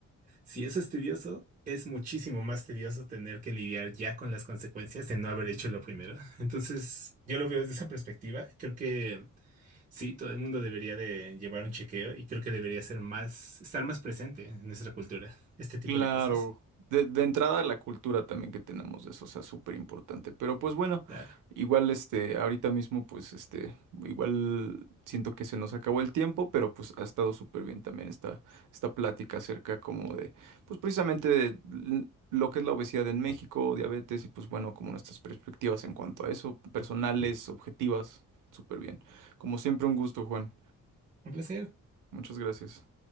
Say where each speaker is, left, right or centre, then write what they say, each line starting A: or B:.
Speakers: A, on the right; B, on the right.
A: Si eso es tedioso, es muchísimo más tedioso tener que lidiar ya con las consecuencias de no haber hecho lo primero. <laughs> Entonces, yo lo veo desde esa perspectiva. Creo que sí, todo el mundo debería de llevar un chequeo y creo que debería ser más, estar más presente en nuestra cultura, este tipo
B: Claro,
A: de cosas.
B: de, de entrada la cultura también que tenemos de eso, o sea, súper importante. Pero pues bueno,
A: Claro.
B: igual este, ahorita mismo, pues este, igual siento que se nos acabó el tiempo, pero pues ha estado súper bien también esta, esta plática acerca como de, pues precisamente de l- lo que es la obesidad en México, diabetes y pues bueno, como nuestras perspectivas en cuanto a eso, personales, objetivas, súper bien. Como siempre, un gusto, Juan.
A: Un placer.
B: Muchas gracias.